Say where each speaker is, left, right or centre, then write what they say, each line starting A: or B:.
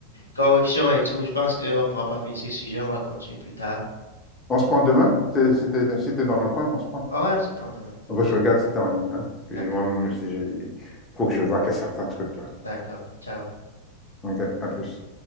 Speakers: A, on the left (about 80°); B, on the left (about 15°).
A: corruption et tout. Je pense qu'on ne pourra pas finir ce sujet. On va continuer plus tard.
B: On se prend demain? T'es- Si t'es si t'es dans le coin, on se prend.
A: Ah ouais, on se prend demain. Ça
B: Ah
A: marche.
B: bah, je regarde si t'es en ligne. Hein, parce que
A: D'accord.
B: moi, si j'ai... faut que je vois que certains trucs là.
A: D'accord. Ciao.
B: OK, à plus.